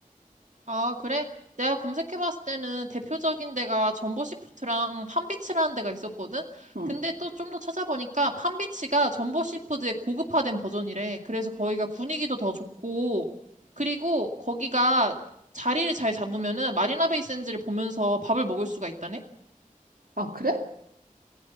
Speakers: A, on the right (about 60°); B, on the right (about 85°).
A: 아, 그래? 내가 검색해봤을 때는 대표적인 데가 전보시푸드랑 팜비치라는 데가 있었거든?
B: 응.
A: 근데 또 좀 더 찾아보니까 팜비치가 전보시푸드의 고급화된 버전이래. 그래서 거기가 분위기도 더 좋고, 그리고 거기가 자리를 잘 잡으면은 마리나 베이 샌즈를 보면서 밥을 먹을 수가 있다네?
B: 아, 그래?